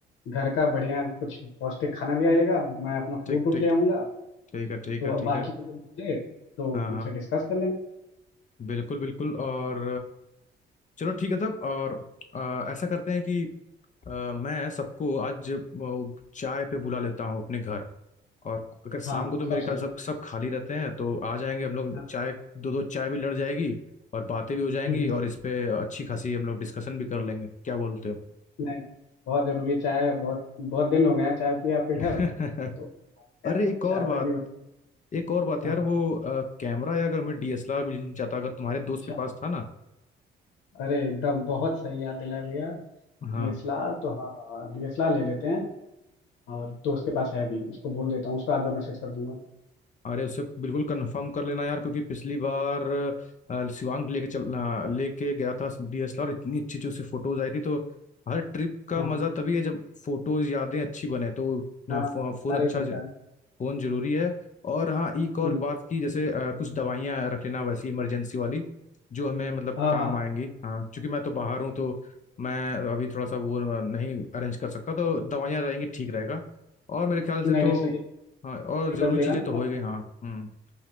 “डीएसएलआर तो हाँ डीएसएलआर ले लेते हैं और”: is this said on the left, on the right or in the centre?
Left